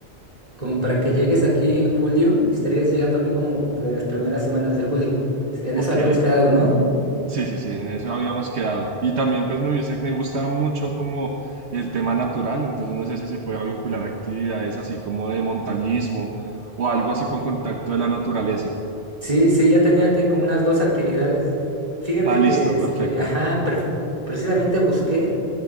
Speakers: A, on the right; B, on the right.
A: como para que
B: Da-
A: llegues aquí en julio y estarías llegando aquí como de las primeras semanas de julio? En
B: Ok.
A: eso habíamos quedado, ¿no?
B: Sí, sí, sí, en eso habíamos quedado. Y también pues me hubiese- me gusta mucho como el tema natural, entonces no sé si se pueda vincular actividades así como de montañismo o algo así con contacto de la naturaleza.
A: Sí, sí, ya tenía te- como unas dos actividades. Fíjate
B: Ah, listo,
A: que, este,
B: perfecto.
A: ajá, perfe- precisamente busqué.